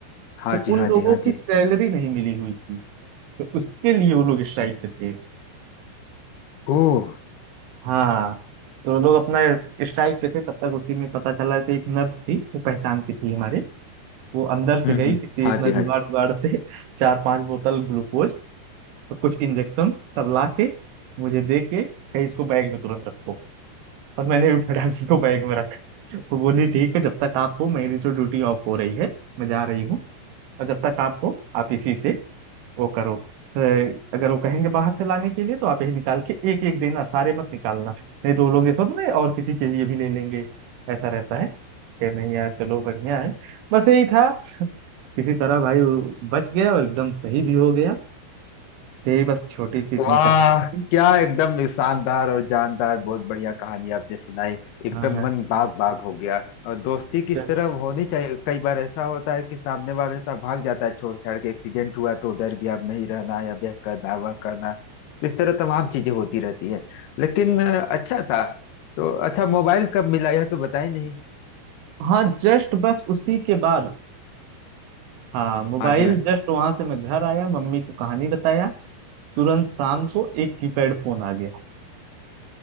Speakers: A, on the left; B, on the right.
A: हाँ
B: तो
A: जी
B: उन
A: हाँ
B: लोगों
A: जी हाँ
B: की
A: जी
B: सैलरी नहीं मिली हुई थी तो उसके लिए वो लोग स्ट्राइक पे थे
A: ओह
B: हाँ तो लोग अपना स्ट्राइक पे थे तब तक उसी में पता चला कि एक नर्स थी वो पहचान की थी हमारे वो अंदर से
A: हम्म
B: गई
A: हम्म
B: किसी
A: हाँ
B: अपना
A: जी हाँ
B: जुगाड़
A: जी
B: उगाड़ से <laughs> चार पांच बोतल ग्लूकोज और कुछ इंजेक्शन सब ला के मुझे दे के कहीं इसको बैग में तुरंत रखो और मैंने भी फटाक से इसको बैग में रखा तो वो बोली ठीक है जब तक आप हो मेरी तो ड्यूटी ऑफ हो रही है मैं जा रही हूँ और जब तक आप हो आप इसी से वो करो अ, अगर वो कहेंगे बाहर से लाने के लिए तो आप यही निकाल के एक एक देना सारे मत निकालना नहीं दो लोग जैसे होते हैं ना, और किसी के लिए भी ले लेंगे ऐसा रहता है कि नहीं यार चलो बढ़िया है बस यही था किसी तरह भाई वो बच गया और एकदम सही भी हो गया यही बस छोटी सी इतनी
A: वाह
B: कहानी थी
A: क्या एकदम शानदार और जानदार बहुत बढ़िया कहानी आपने सुनाई एकदम
B: हाँ
A: मन बाग बाग हो गया और दोस्ती किस
B: जस्ट
A: तरह होनी चाहिए कई बार ऐसा होता है कि सामने वाला इतना भाग जाता है छोड़ छाड़ के एक्सीडेंट हुआ तो डर गया अब नहीं रहना है अब यह करना है, वह करना है। तो इस तरह तमाम चीजें होती रहती है लेकिन अ, अच्छा था तो अच्छा मोबाइल कब मिला यह तो बताए नहीं
B: हाँ जस्ट बस उसी के बाद हाँ मोबाइल
A: हाँ जी हाँ
B: जस्ट वहां से मैं घर आया मम्मी को कहानी बताया तुरंत शाम को एक कीपैड फोन आ गया